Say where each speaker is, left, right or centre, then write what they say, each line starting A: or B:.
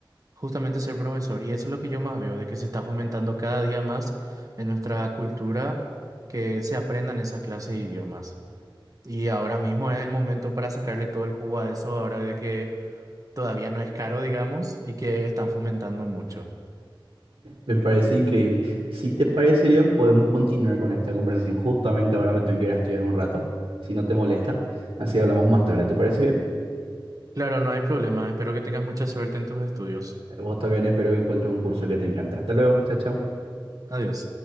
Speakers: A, on the right; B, on the right.
A: Justamente ser profesor, y eso es lo que yo más veo, de que se está fomentando cada día más en nuestra cultura que se aprendan esa clase de idiomas. Y ahora mismo es el momento para sacarle todo el jugo a eso, ahora de que todavía no es caro, digamos, y que están fomentando mucho.
B: Me parece increíble. Si te parece bien, podemos continuar con esta conversación. Justamente ahora me tengo que ir a estudiar un rato, si no te molesta. Así hablamos más tarde. ¿Te parece bien?
A: Claro, no hay problema, espero que tengas mucha suerte en tus estudios.
B: Vos también espero que encuentres un curso que te encante. Hasta luego, chao, chao.
A: Adiós.